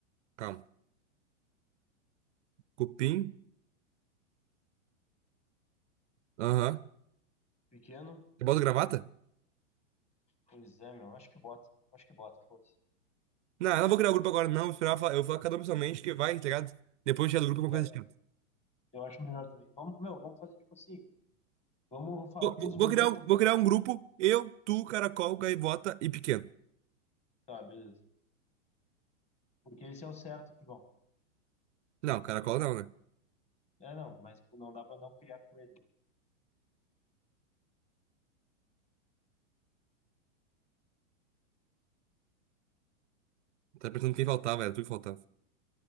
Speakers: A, on the right (about 65°); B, on the left (about 15°).
A: calma. Cupim. Aham.
B: pequeno.
A: Eu boto gravata?
B: Pois é, meu, acho que bota. Acho que bota, foda-se.
A: Não, eu não vou criar o grupo agora, não. Vou esperar, falar- eu vou cada um pessoalmente que vai, tá ligado? Depois tirar do grupo é uma coisa
B: É,
A: chata.
B: eu acho melhor também. Vamos, meu, vamos fazer tipo assim. Vamos falar
A: Vou,
B: com
A: vou-
B: os guri
A: vou criar,
B: até.
A: um- vou criar um grupo, eu, tu, Caracol, Gaivota e Pequeno.
B: Tá, beleza. Porque esse é o certo que vão.
A: Não, Caracol não, né?
B: É, não, mas pô, não dá pra não criar com ele.
A: Tá pensando quem faltava, era tu que faltava.